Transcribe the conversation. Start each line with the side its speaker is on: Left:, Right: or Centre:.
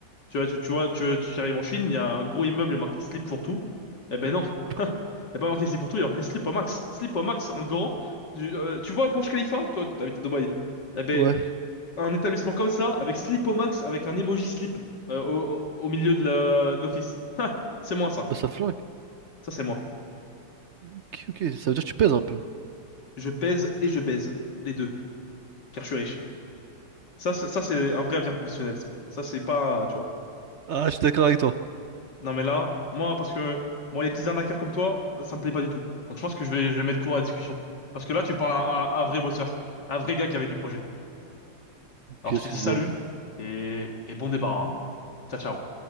Left: Tu vois, tu, tu vois, tu, tu arrives en Chine, il y a un gros immeuble marqué slip pour tout. Eh ben non. <laughs>
Right: Après-
Left: Il n'y a pas marqué slip pour tout, il y a marqué slip au max. Slip au max en grand. Du- euh, tu vois Burj Khalifa? Toi, tu habites à Dubaï. Eh ben,
Right: Ouais,
Left: un établissement comme ça, avec slip au max, avec un emoji slip euh, au, au- au milieu de la, de l'office. <laughs> C'est moi, ça.
Right: bah ça flingue.
Left: Ça, c'est moi.
Right: Ok, ok, ça veut dire que tu pèses un peu.
Left: Je pèse et je baise. Les deux. Car je suis riche. Ça, c'est- ça, c'est un vrai avenir professionnel, ça. Ça, c'est pas, tu vois.
Right: Ah, je suis d'accord avec toi.
Left: Non mais là, moi, parce que moi, les petits arnaqueurs comme toi, ça me plaît pas du tout. Donc je pense que je vais, je vais mettre court à la discussion. Parce que là, tu parles à un, à un vrai bosseur, un vrai gars qui avait du projet.
Right: Ok,
Left: Alors
Right: excuse-moi.
Left: je te dis salut et, et bon débarras. hein. Ciao, ciao.